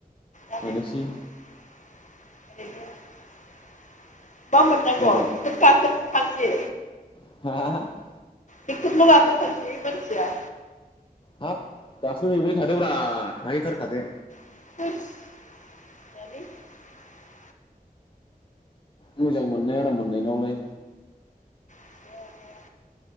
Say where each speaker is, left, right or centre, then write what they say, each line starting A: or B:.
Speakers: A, on the left; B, on the left.
A: दानो
B: मानोसै
A: <unintelligible> मा मोननांगौ
B: बायनो
A: <unintelligible> गाखोनो थांसै
B: <unintelligible>
A: टेक्टरल' गाखोनो थांसै मानसिया
B: हाब गाखो हैबाय थादोब्रा थाहैथारखादो
A: <unintelligible>
B: मोजां मोननाय आराम मोननायनावलाय
A: जाया जाया